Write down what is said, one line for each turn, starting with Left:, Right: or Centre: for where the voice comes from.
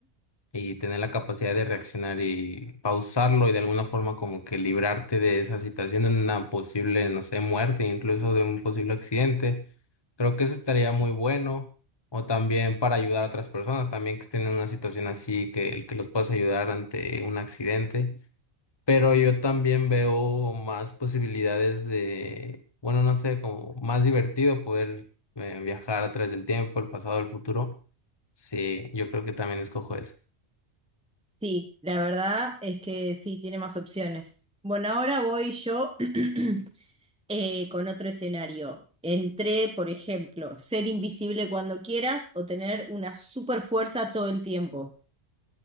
Left: y tener la capacidad de reaccionar y pausarlo y de alguna forma como que librarte de esa situación, de una posible, no sé, muerte, incluso de un posible accidente. Creo que eso estaría muy bueno. O también para ayudar a otras personas, también que estén en una situación así, que, que los puedas ayudar ante un accidente. Pero yo también veo más posibilidades de, bueno, no sé, como más divertido poder eh, viajar a través del tiempo, el pasado, el futuro. Sí, yo creo que también escojo eso.
Centre: Sí, la verdad es que sí, tiene más opciones. Bueno, ahora voy yo <clears throat> eh, con otro escenario. Entre, por ejemplo, ser invisible cuando quieras o tener una super fuerza todo el tiempo.